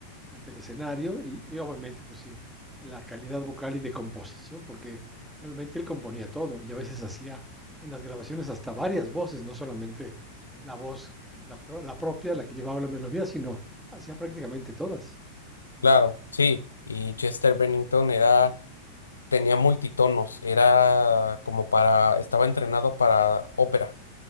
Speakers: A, in the centre; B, on the left.
A: ante el escenario y, y obviamente, pues sí, la calidad vocal y de composición, porque realmente él componía todo y a veces hacía en las grabaciones hasta varias voces, no solamente la voz, la, pro- la propia, la que llevaba la melodía, sino hacía prácticamente todas.
B: claro, sí. Y Chester Bennington era, tenía multitonos, era como para, estaba entrenado para ópera,